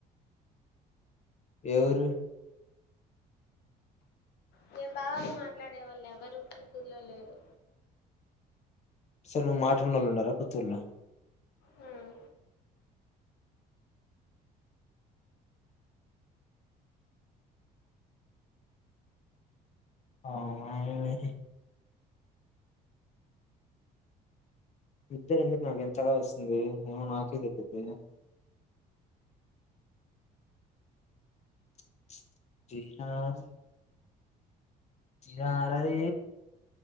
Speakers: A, on the left; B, on the left.
A: ఏ ఊరు
B: నేన్ బాగ మాట్లాడే వాళ్ళు ఎవరు పుత్తూర్లో లేరు
A: అసలు నువ్వు మాట్లనోళ్లు ఉన్నార పుత్తూర్లో
B: హ్మ్.
A: అవునా ఎంలే తీ నిద్దరెందుకు నాక్ ఇంతగా వస్తుంది ఏమో నాకే తెలిదే <unintelligible> నాధ్ ఇ ఆరాది